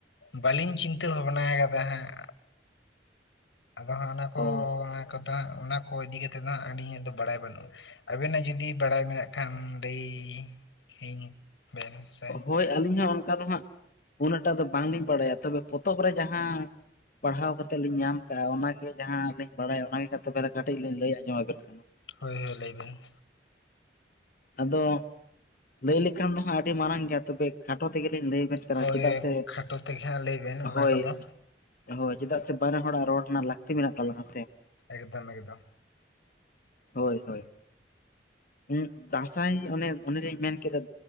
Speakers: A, on the left; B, on the left.
A: ᱵᱟᱹᱞᱤᱧ ᱪᱤᱱᱛᱟᱹ ᱵᱷᱟᱵᱱᱟ ᱟᱠᱟᱫᱟ ᱦᱟᱜᱸ᱾ ᱟᱫᱚ ᱦᱟᱸᱜ ᱚᱱᱟ ᱠᱚ
B: ᱚ
A: <inaudible> ᱚᱱᱟ ᱠᱚ ᱤᱫᱤ ᱠᱟᱛᱮᱫ ᱫᱚ ᱦᱟᱸᱜ ᱟᱧᱤᱟᱹᱜ ᱫᱚ ᱵᱟᱲᱟᱭ ᱵᱟᱹᱱᱩᱜᱼᱟ᱾ ᱟᱵᱮᱱᱟᱜ ᱡᱩᱫᱤ ᱵᱟᱲᱟᱭ ᱢᱮᱱᱟᱜ ᱠᱷᱟᱱ ᱞᱟᱹᱭᱚᱧ ᱵᱮᱱ ᱥᱮ
B: ᱦᱳᱭ ᱟᱹᱞᱤᱧ ᱦᱚᱸ ᱚᱱᱠᱟ ᱫᱚ ᱦᱟᱸᱜ ᱩᱱᱟᱹᱜ ᱴᱟᱜ ᱫᱚ ᱵᱟᱝ ᱞᱤᱧ ᱵᱟᱲᱟᱭᱟ, ᱛᱚᱵᱮ ᱯᱚᱛᱚᱵ ᱨᱮ ᱡᱟᱦᱟᱸ ᱯᱟᱲᱦᱟᱣ ᱠᱟᱛᱮᱫ ᱞᱤᱧ ᱧᱟᱢ ᱠᱟᱜᱼᱟ ᱚᱱᱟ ᱜᱮ ᱡᱟᱦᱟᱸ ᱞᱤᱧ ᱵᱟᱲᱟᱭᱟ ᱚᱱᱟᱜᱮ <unintelligible> ᱛᱚᱵᱮ ᱫᱚ ᱠᱟᱹᱴᱤᱡ ᱞᱤᱧ ᱞᱟᱹᱭ ᱟᱸᱡᱚᱢ ᱟᱵᱮᱱ ᱠᱟᱱᱟ᱾
A: ᱦᱳᱭ ᱦᱳᱭ ᱞᱟᱹᱭᱵᱤᱱ
B: ᱟᱫᱚ ᱞᱟᱹᱭ ᱞᱮᱠᱷᱟᱱ ᱫᱚ ᱦᱟᱸᱜ ᱟᱹᱰᱤ ᱢᱟᱨᱟᱝ ᱜᱮᱭᱟ᱾ ᱛᱚᱵᱮ ᱠᱷᱟᱴᱚ ᱛᱮᱜᱮᱞᱤᱧ ᱞᱟᱹᱭ ᱟᱵᱮᱱ ᱠᱟᱱᱟ
A: ᱦᱳᱭ
B: ᱪᱮᱫᱟᱜ
A: ᱦᱳᱭ
B: ᱥᱮ
A: ᱠᱷᱟᱴᱚ ᱛᱮᱜᱮ ᱦᱟᱸᱜ ᱞᱟᱹᱭ ᱵᱮᱱ ᱚᱱᱟ
B: ᱦᱳᱭ
A: ᱠᱚᱫᱚ
B: ᱦᱳᱭ ᱪᱮᱫᱟᱜ ᱥᱮ ᱵᱟᱱᱟ ᱦᱚᱲᱟᱜ ᱨᱚᱲ ᱨᱮᱱᱟᱜ ᱞᱟᱹᱠᱛᱤ ᱢᱮᱱᱟᱜ ᱛᱟᱞᱟᱝᱼᱟ ᱥᱮ
A: ᱮᱠᱫᱚᱢ ᱮᱠᱫᱚᱢ
B: ᱦᱳᱭ ᱦᱳᱭ᱾ ᱩᱸᱜ ᱫᱟᱸᱥᱟᱭ ᱚᱱᱮ ᱚᱱᱮᱞᱤᱧ ᱢᱮᱱ ᱠᱮᱫᱟ,